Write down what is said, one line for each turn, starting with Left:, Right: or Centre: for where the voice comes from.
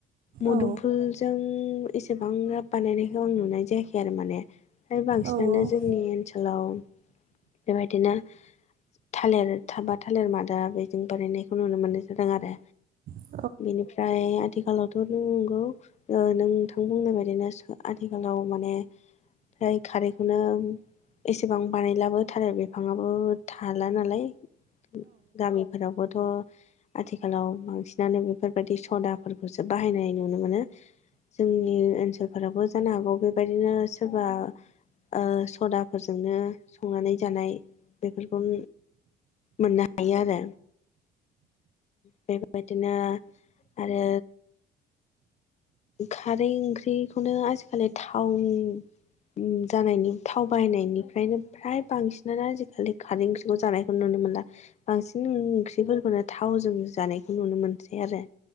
Left: मोदुमफुलजों
Right: औ
Left: एसेबां बानायनायखौ आं नुनाय जायाखै आरो माने। फ्राय बांसिनानो
Right: औ
Left: जोंनि ओनसोलाव बेबायदिनो थालिर थाबा थालिर मादा दा बेजों बानायनायखौ नुनो मोननाय जादों आरो।
Right: औ नंगौ। औ
Left: बेनिफ्राय ओमफ्राय आथिखालावथ' नंगौ ओ नोंथां बुंनाय बायदिनो आथिखालाव माने ओमफ्राय खारैखौनो एसेबां बानायलाबोथार बिफांबो थाला नालाय गामिफोरावबोथ' आथिखालाव बांसिनानो बेफोरबायदि सदाफोरखौसो बाहायनाय नुनो मोनो। जोंनि ओनसोलफोराबो जानो हागौ बेबायदिनो सोरबा ओ सदाफोरजोंनो संनानै जानाय बेफोरखौ मोनना हायो आरो। बेबायदिनो आरो खारै ओंख्रिखौनो आजिखालि टाउन ओम जानायनि थाव बाहायनायनिफ्रायनो फ्राय बांसिनानो आजिखालि खारै ओंख्रि जानायखौ नुनो मोनला बांसिन ओंख्रिफोरखौनो थावजों जानायखौ नुनो मोनसै आरो